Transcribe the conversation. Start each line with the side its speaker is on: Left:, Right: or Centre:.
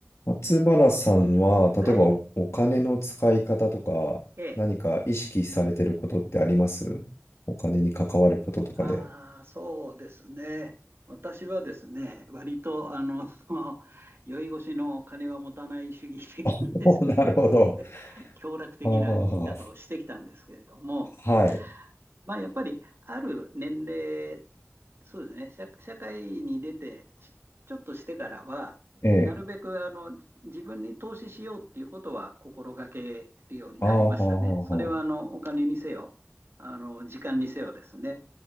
Left: 松原さんは、例えばお、
Right: はい。
Left: お金の使い方とか、
Right: ええ。
Left: 何か意識されてることってありますお金に関わることとかで。
Right: ああ、そうですね。私はですね、割と、あの、<laughs> 酔い越しの金は持たない主義的なですね、
Left: <laughs> お、なるほど。
Right: <laughs> 享楽的な生き方をしてきたんですけれども、
Left: はあ、はあはあ、はい。
Right: まあ、やっぱり、ある年齢、そうですね、社、社会に出て、しちょっとしてからは、
Left: ええ。
Right: なるべく、あの、じ自分に投資しようっていうことは心がけるようになりましたね。
Left: ああ、はあ、はあ、
Right: それは、
Left: は
Right: あの、お金にせよ、あの、時間にせよですね。